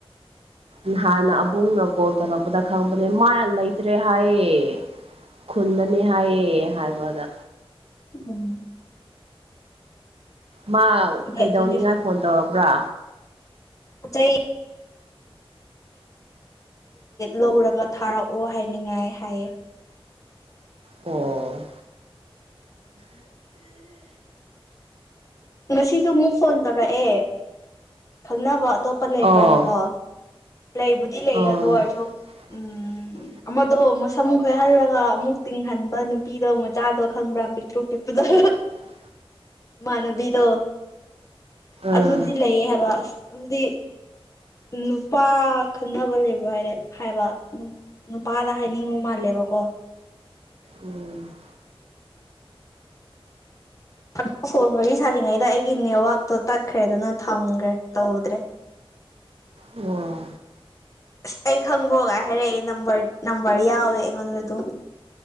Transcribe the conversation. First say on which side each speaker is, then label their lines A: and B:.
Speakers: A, on the right; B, on the left.
A: ꯅꯍꯥꯟꯅ ꯑꯕꯨꯡꯅ ꯀꯣꯜ ꯇꯧꯔꯛꯄꯗ ꯈꯪꯄꯅꯦ ꯃꯥ ꯌ ꯂꯩꯇ꯭ꯔꯦ ꯍꯥꯏꯌꯦ ꯈꯨꯟꯗꯅꯦ ꯍꯥꯏꯌꯦ ꯍꯥꯏꯕꯗ
B: ꯎꯝ
A: ꯃꯥ
B: ꯗꯦꯠ
A: ꯀꯩꯗꯧꯅꯤꯉꯥꯏ
B: ꯇ꯭ꯋꯦꯟꯇꯤ
A: ꯐꯣꯟ ꯇꯧꯔꯛꯕ꯭ꯔꯥ
B: ꯑꯣ ꯆꯩ ꯂꯧꯔꯒ ꯊꯥꯔꯛꯑꯣ ꯍꯥꯏꯅꯤꯡꯉꯥꯏ ꯍꯥꯏꯌꯦ
A: ꯑꯣ
B: ꯉꯁꯤꯁꯨ ꯑꯃꯨꯛ ꯐꯣꯟ ꯇꯧꯔꯛꯑꯦ ꯈꯪꯅꯕ ꯑꯇꯣꯞꯄ ꯂꯩꯕ꯭ꯔꯥꯅꯨꯀꯣ
A: ꯑꯣ
B: ꯂꯩꯕꯨꯗꯤ ꯂꯩ
A: ꯑꯣ
B: ꯑꯗꯨ ꯑꯣꯏꯔꯁꯨ
A: <unintelligible>
B: ꯎꯝ ꯑꯃꯗꯣ ꯑꯃꯨꯛ ꯁꯃꯨꯛ ꯈꯣꯏꯍꯜꯂꯒ ꯑꯃꯨꯛ ꯇꯤꯡꯍꯟꯕ ꯅꯨꯄꯤꯗꯣ ꯑꯃꯨꯛ ꯆꯥꯗꯕ ꯈꯪꯕ꯭ꯔꯥ ꯄꯤꯛꯇ꯭ꯔꯨ ꯄꯤꯄ <unintelligible>
A: ꯎ
B: ꯏꯃꯥꯟꯅꯕꯤꯗꯣ
A: ꯑꯥ
B: ꯑꯗꯨꯗꯤ ꯂꯩ ꯍꯥꯏꯕ ꯑꯁ ꯑꯗꯨꯗꯤ ꯅꯨꯄꯥ ꯈꯪꯅꯕ ꯂꯩꯕ꯭ꯔꯣ ꯍꯥꯏꯔꯦ ꯍꯥꯏꯕ ꯅꯨꯄꯥꯗ ꯍꯥꯏꯅꯤꯡꯕ ꯃꯥꯜꯂꯦ ꯕ ꯀꯣ
A: ꯎꯝ
B: ꯑꯣꯞ ꯐꯣꯟ ꯃꯔꯤ ꯁꯥꯔꯤꯉꯩꯗ ꯑꯩꯒꯤ ꯅꯦꯠꯋꯥꯛꯇꯣ ꯇꯠꯈ꯭ꯔꯦ ꯑꯗꯨꯅ ꯊꯝꯈ꯭ꯔꯦ ꯇꯧꯗ꯭ꯔꯦ
A: ꯑꯣ
B: ꯑꯁ ꯑꯩ ꯈꯪꯕꯒ ꯍꯥꯏꯔꯛꯑꯦ ꯅꯝꯕꯔ ꯅꯝꯕꯔ ꯌꯥꯎꯋꯦ ꯑꯩꯉꯣꯟꯗ ꯑꯗꯨꯝ